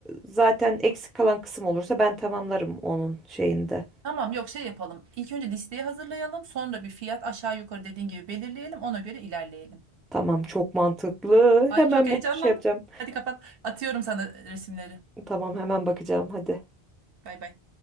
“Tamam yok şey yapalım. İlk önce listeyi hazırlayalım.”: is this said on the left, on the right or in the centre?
Right